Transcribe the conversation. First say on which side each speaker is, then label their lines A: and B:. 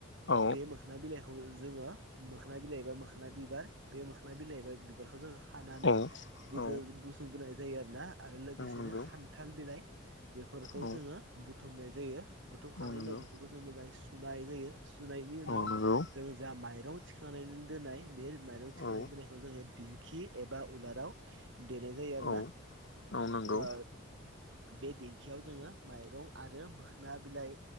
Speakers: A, on the left (about 60°); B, on the right (about 65°).
A: औ
B: बे मोखोना बिलाइखौ जोङो मोखोना बिलाइ ए बा मोखोना बिबार बे मोखोना बिलाइ बा बिबारखौ जोङो खानानै
A: औ औ
B: बद बुसुंबोनाय जायो आरोना आरो लोगोसेनो
A: नंगौ
B: खान्थाल बिलाइ बेफोरखौ
A: औ
B: जोङो बुथुमनाय जायो बुथुमखांनायनि
A: औ नंगौ
B: उनाव बेफोरखौ जों मोजाङै सुनाय जायो सुनायनि उनाव
A: औ नंगौ
B: जोङो जा माइरं थिखांनानै दोननाय बे माइरं खांनानै
A: औ
B: दोननायखौ जोङो दिंखि एबा उलाराव देनाय जायो आरोना
A: औ औ नंगौ
B: ओ बे देंखियाव जोङो माइरं आरो मोखोना बिलाइ